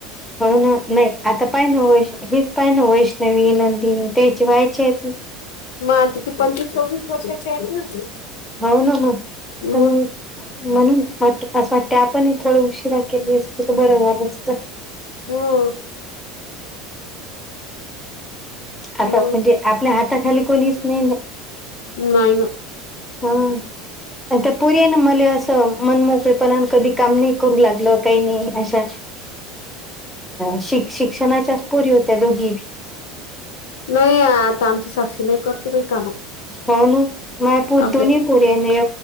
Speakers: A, in the centre; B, on the left (about 80°).
A: हो ना नाही आता पाहि ना वै् हेच पाय ना वैष्णवी नंदिनी त्याची व्हायची आहेत ना
B: मग आता ती पंचवीस सोवीस वर्षाची आहेत
A: ना हो ना मग
B: ना
A: तर मग म्हणून वाट असं वाटते आपण थोड उशिरा केले असतो तर बरं झालं असत
B: होम्म मग
A: आता म्हणजे आपल्या हाताखाली कोणीच नाही
B: नाही ना
A: हम् आणि त्या पुरी ना मला असं मन मोकळेपणा कधी काम नाही करू लागलं काही नाही अशा
B: ह
A: शिक् शिक्षणाच्याच पोरी होत्या दोघी
B: नाही आता आमची साक्षी नाही करते बाही काम
A: होन म पूधोनी
B: अर्ध
A: पुऱ्याने